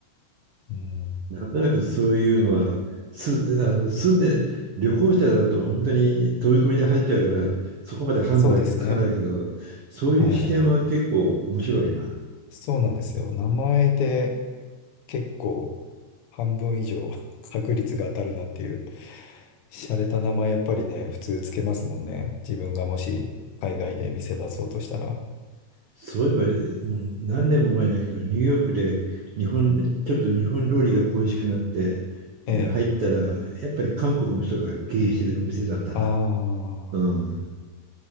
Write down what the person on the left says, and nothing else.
うん、
そうですね。
はい。そうなんですよ。名前で結構半分以上 <laughs> 確率が当たるなっていう。洒落た名前やっぱりね、普通つけますもんね。自分がもし海外で店出そうとしたら。
ええ。
ああ、